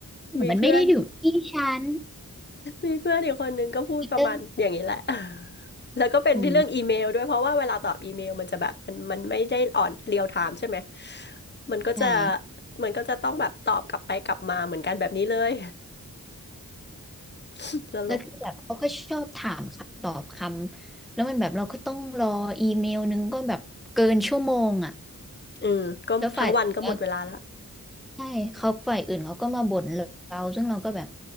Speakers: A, on the left; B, in the centre.
A: มีเพื่อน
B: มันไม่ได้อยู่ที่ฉัน
A: มีเพื่อนอีกคนนึงก็พูดประมาณอย่างนี้แหละ
B: เริ่ม
A: <laughs> แล้วก็เป็นที่เรื่องอีเมลด้วยเพราะว่าเวลาตอบอีเมลมันจะแบบมันมันไม่ได้ออนเรียลไทม์ใช่ไหม
B: อืม
A: มันก็จะ
B: ใช่
A: มันก็จะต้องแบบตอบกลับไปกลับมาเหมือนกันแบบนี้เลย <laughs> ตลก
B: แล้วคือแบบเขาก็ชอบถามคำตอบคำแล้วมันแบบเราก็ต้องรออีเมลนึงก็แบบเกินชั่วโมงอ่ะ
A: เออก็ทั้งวันก็หมดเวลาแล้ว
B: แล้วฝ่ายแล้วใช่เขาฝ่ายอื่นเขาก็มาบ่นเราซึ่งเราก็แบบ